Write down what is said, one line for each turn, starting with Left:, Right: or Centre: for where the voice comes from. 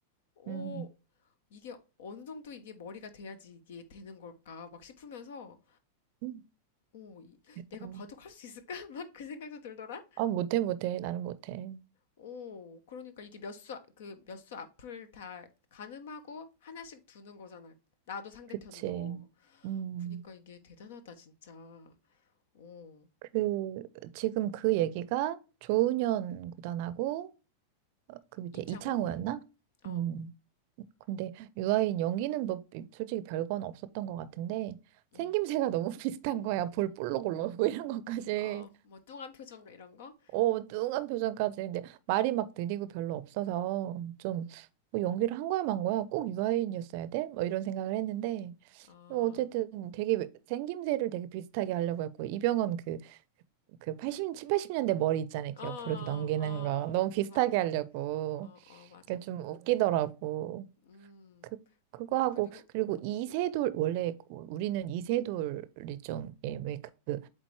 Left: 어,
Right: 음,
Left: 이게 어느 정도 이게 머리가 돼야지 이게 되는 걸까 막 싶으면서
Right: 음,
Left: 오... 이-
Right: 대박.
Left: 내가 바둑 할 수 있을까? <laughs> 막 그 생각도 들더라.
Right: 아, 못해, 못해. 나는 못해.
Left: 오... 그러니까 이게 몇 수, 그 몇 수 앞을 다 가늠하고 하나씩 두는 거잖아. 나도 상대편도.
Right: 그치. 음,
Left: 그러니까 이게 대단하다 진짜. 오...
Right: 그, 지금 그 얘기가 조은현 구단하고, 어, 그 밑에
Left: 이창호?
Right: 이창호였나?
Left: 어,
Right: 음. 근데 유아인 연기는 뭐 솔직히 별건 없었던 것 같은데
Left: 음,
Right: 생김새가 너무 <laughs> 비슷한 거야. 볼 볼록 올라오고 이런 것까지.
Left: 어, 뭐 뚱한 표정 이런 거?
Right: 어, 뚱한 표정까지. 근데 말이 막 느리고 별로 없어서 좀뭐
Left: 음,
Right: 연기를 한 거야 만 거야. 꼭 유아인이었어야 돼? 뭐 이런 생각을 했는데
Left: 어,
Right: 뭐 어쨌든 되게 왜- 생김새를 되게 비슷하게 하려고 했고 이병헌 그 그 80, 칠 80년대 머리 있잖아요. 이렇게
Left: 어, 어,
Right: 옆으로 이렇게 넘기는 거 너무 비슷하게
Left: 맞,
Right: 하려고.
Left: 어, 어, 맞아.
Right: 그게 좀 웃기더라고.
Left: 음,
Right: 그, 그거 하고,
Left: 그리고,
Right: 그리고
Left: 음,
Right: 이세돌, 원래 우리는 이세돌이 좀, 예, 왜 그, 그